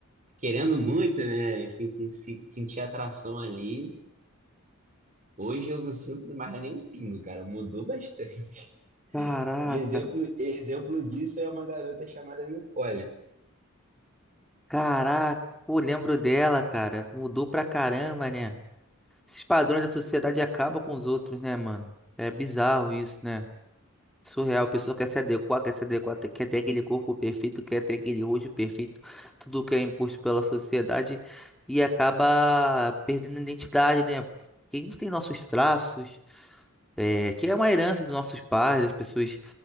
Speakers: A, on the right; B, in the centre.
A: querendo muito, né? Enfim, se, se, sentir atração ali. Hoje eu não sinto mais nenhum pingo, cara, mudou bastante.
B: caraca,
A: E exemplo, exemplo disso é uma garota chamada Nicole.
B: caraca. Pô, lembro dela, cara. Mudou pra caramba, né? Esses padrões da sociedade acabam com os outros, né, mano? É bizarro isso, né? Surreal, a pessoa quer se adequar, quer se adequar, te- quer ter aquele corpo perfeito, quer ter aquele rosto perfeito, tudo que é imposto pela sociedade e acaba perdendo a identidade, né? Porque a gente tem nossos traços, é, que é uma herança dos nossos pais, das pessoas,